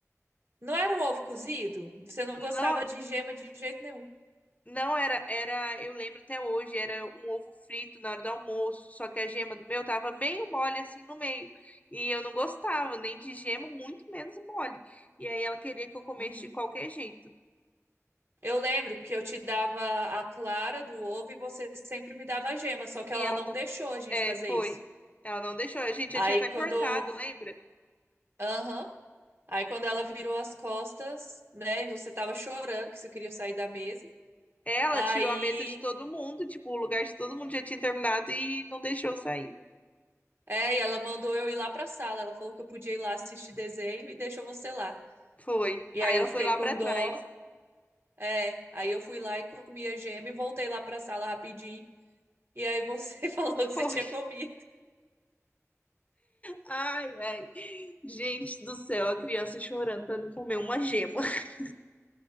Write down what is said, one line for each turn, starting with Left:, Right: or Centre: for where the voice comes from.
Right: Não era um ovo cozido? Você não
Left: Não,
Right: gostava de gema de jeito nenhum.
Left: Não era, era, eu lembro até hoje, era um ovo frito na hora do almoço, só que a gema do meu tava meio mole assim no meio. E eu não gostava nem de gema, muito menos mole. E aí ela queria que eu comesse
Right: Uhum.
Left: de qualquer jeito.
Right: Eu lembro que eu te dava a clara do ovo e você sempre me dava a gema, só que
Left: E
Right: ela
Left: ela
Right: não
Left: não,
Right: deixou a gente
Left: é,
Right: fazer
Left: foi.
Right: isso.
Left: Ela não deixou. A gente já
Right: Aí
Left: tinha até
Right: quando.
Left: cortado, lembra?
Right: Aham. Aí quando ela virou as costas, né? E você tava chorando que você queria sair da mesa.
Left: Ela
Right: Aí.
Left: tirou a mesa de todo mundo, tipo, o lugar de todo mundo já tinha terminado e não deixou eu sair.
Right: É, e ela mandou eu ir lá pra sala. Ela falou que eu podia ir lá assistir desenho e deixou você lá.
Left: Foi.
Right: E
Left: Aí
Right: aí
Left: ela
Right: eu fiquei
Left: foi lá
Right: com
Left: pra
Right: dó.
Left: trás.
Right: É, aí eu fui lá e comi a gema e voltei lá pra sala rapidinho. E aí você <laughs> falou
Left: <laughs>
Right: que você
Left: Foi.
Right: tinha comido.
Left: Ai, ai. Gente do céu, a criança chorando pra não comer uma gema. <laughs>